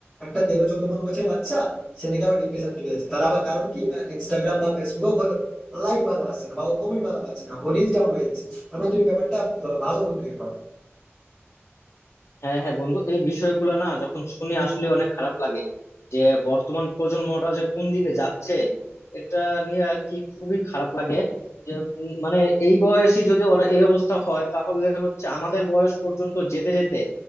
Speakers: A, in the centre; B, on the left (about 80°).
A: একটা তেরো চোদ্দ পনেরো বছরের বাচ্চা সে নাকি আবার ডিপ্রেশন চলে যাচ্ছে তার আবার কারণ কি ইনস্টাগ্রাম বা ফেসবুকে ওর লাইক ভালো আসছে না বা ও কমেন্ট ভালো পাচ্ছে না ও রিচ ডাউন হয়ে যাচ্ছে তার মানে তুমি ব্যাপারটা ভা- ভাবো বন্ধু একবার
B: হ্যাঁ হ্যাঁ বন্ধু এই বিষয়গুলো না যখন শুনি আসলে অনেক খারাপ লাগে যে বর্তমান প্রজন্মটা যে কোন দিকে যাচ্ছে এটা নিয়ে আর কি খুবই খারাপ লাগে যে উম, মানে এই বয়সে যদি ওরা এই অবস্থা হয় তাহলে হচ্ছে আমাদের বয়স পর্যন্ত যেতে যেতে